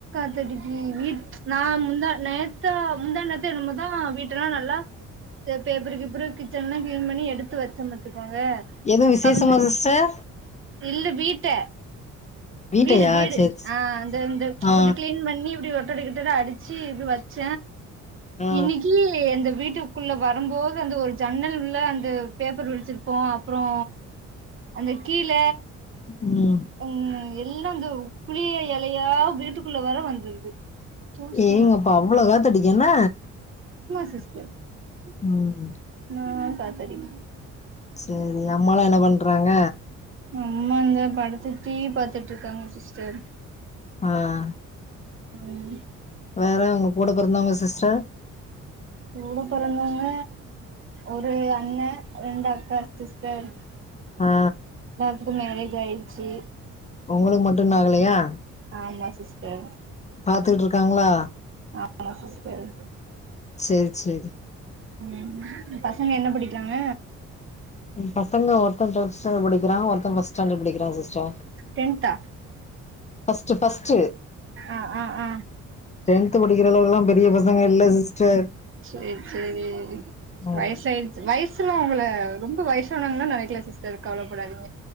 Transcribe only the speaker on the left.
எதுவு விசேஷமா
சிஸ்டர்
வீட்டையா
சேரி
ஆ
ஆ
உம்
ஏங்கப்பா அவ்ளோ காத்தடிக் என்ன
உம்
சரி அம்மாலா என்ன பண்றாங்க
ஆஹ்
வேற உங்க கூட பொறந்தவங்க சிஸ்டர்
ஆ
உங்ளுக்கு மட்டு இன்னு ஆகலையா
பாத்துட்ருக்காங்ளா
சேரி சேரி
பசங்க ஒருத்த தெஸ் ஸ்டான்டடு படிக்கிறா ஒருத்த பஸ் ஸ்டாண்டடு படிக்கிறா சிஸ்டர்
ஃபர்ஸ்ட் ஃபர்ஸ்ட்
டென்த்து படிக்கிற அளவுகுலா பெரிய பசங்க இல்ல சிஸ்டர்
ம்